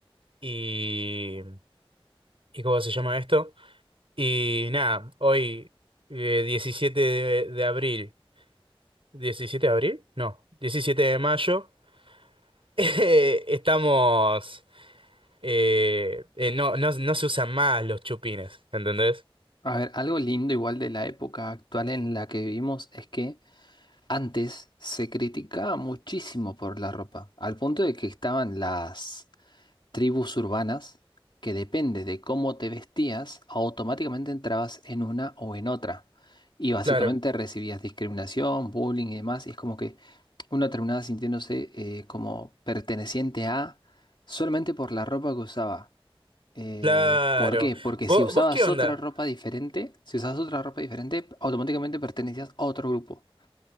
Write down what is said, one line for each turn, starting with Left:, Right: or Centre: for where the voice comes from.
Right: y, ¿y cómo se llama esto? Y nada, hoy eh, 17 de, de abril, ¿17 de abril? No, 17 de mayo, <laughs> eh, estamos... eh, eh, no, no, no se usan más los chupines, ¿entendés?
Left: A ver, algo lindo igual de la época actual en la que vivimos es que antes se criticaba muchísimo por la ropa, al punto de que estaban las tribus urbanas que depende de cómo te vestías, automáticamente entrabas en una o en otra. Y básicamente
Right: Claro.
Left: recibías discriminación, bullying y demás. Y es como que uno terminaba sintiéndose eh, como perteneciente a solamente por la ropa que usaba. Eh,
Right: Claro.
Left: ¿por qué? Porque
Right: ¿Vos,
Left: si usabas
Right: vos qué onda?
Left: otra ropa diferente, si usabas otra ropa diferente, automáticamente pertenecías a otro grupo.